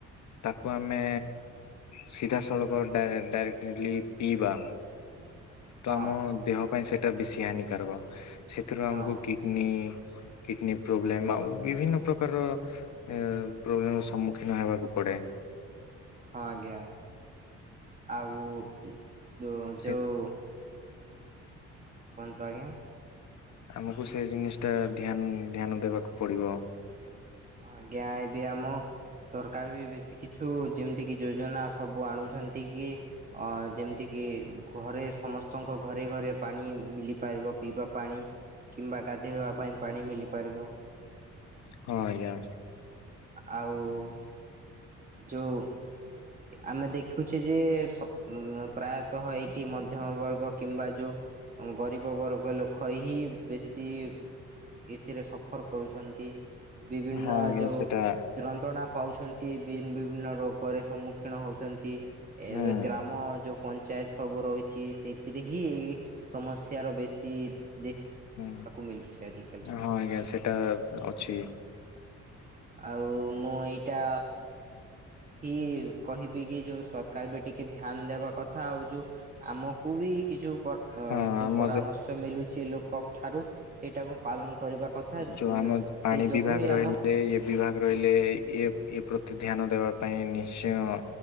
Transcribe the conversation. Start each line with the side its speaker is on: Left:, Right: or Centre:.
Left: ତାକୁ ଆମେ ସିଧାସଳଖ ଡା-ଡାଇରେକ୍ଟଲି ପିଇବା। ତ
Right: ହଁ
Left: ଆମ ଦେହ ପାଇଁ ସେଇଟା ବେଶୀ ହାନିକାରକ, ସେଥିରୁ
Right: ହଁ
Left: ଆମକୁ କିଡନୀ କିଡନୀ ପ୍ରୋବ୍ଲେମ ଆଉ ବିଭିନ୍ନ ପ୍ରକାର ଏ ପ୍ରୋବ୍ଲେମ ସମ୍ମୁଖୀନ ହେବାକୁ ପଡେ।
Right: ହଁ ଆଜ୍ଞା ଆଉ ଯେଉଁ
Left: ସେ
Right: ଯେଉଁ କୁଅନ୍ତୁ ଆଜ୍ଞା।
Left: ଆମକୁ ସେଇ ଜିନିଷ ଟା ଧ୍ୟାନ ଧ୍ୟାନ ଦେବାକୁ ପଡିବ।
Right: ହଁ ଆଜ୍ଞା ଏବେ ଆମ ସରକାର ବି ବେଶୀ କିଛିୁ ଯେମିତି କି ଯୋଜନା ସବୁ ଆଣୁଛନ୍ତି କି ଅ ଯେମିତିକି ଘରେ ସମସ୍ତଙ୍କ ଘରେ ଘରେ ପାଣି ମଲିପାରିବ ପିଇବା ପାଣି। କିମ୍ବା ଗାଧୋଇବା ପାଇଁ ପାଣି ମିଲିପାରିବ।
Left: ହଁ ଆଜ୍ଞା।
Right: ଆଉ ଯୋଉ ଆମେ ଦେଖୁଚେ ଯେ ସ ପ୍ରାୟ ତଃ ଏଇଠି ମଧ୍ୟମ ବର୍ଗ କିମ୍ବା ଯୋଉ ଗରିବ ବର୍ଗ ଲୋକ ହେଇକି ବେଶୀ ଏଥିରେ ସଫର୍ କରୁଛନ୍ତି ବିଭିନ୍ନ
Left: ହଁ ଆଜ୍ଞା
Right: ଯୋଉ
Left: ସେଟା
Right: ଧନ୍ତ୍ରଣା ପାଉଛନ୍ତି ବିନ୍ ବିଭିନ୍ନ ରୋଗରେ ସମ୍ମୁଖୀନ ହଉଛନ୍ତି।
Left: ହୁଁ।
Right: ଏବେ ଗ୍ରାମ ଯୋଉ ପଞ୍ଚାୟତ ସବୁ ରହିଛି ସେଥିରେ ହି ସମସ୍ୟାର ବେଶୀ <unintelligible>
Left: ହୁଁ
Right: ଦେଖିବାକୁ ମିଲୁଛି ଆଜିକାଲି।
Left: ହଁ ଆଜ୍ଞା ସେଟା ଅଛି।
Right: ଆଉ ମୁଁ ଏଇଟା ହି କହିବି କି ଯୋଉ ସରକାର ବି ଟି ତି ଧ୍ୟାନ ଦେବା କଥା ଆଉ ଯୋଉ ଆମକୁ ବି କି ଯୋଉ କର
Left: ହଁ
Right: ଯୋଉ
Left: ଆମ
Right: ପରାମର୍ଶ ମିଲୁଛି ଲୋକ ଠାରୁ ସେଇଟାକୁ ପାଲନ କରିବା କଥା,
Left: ଯୋଉ
Right: ଯ
Left: ଆମ
Right: ସେଇ
Left: ପାଣି
Right: ଯୋଗୁ
Left: ବିଭାଗ
Right: ହିଁ
Left: ରହିଲେ
Right: ଆମ
Left: ଏ ବିଭାଗ ରହିଲେ ଏ ଏ ପ୍ରତି ଧ୍ୟାନ ଦେବା ପାଇଁ ନିଶ୍ଚୟ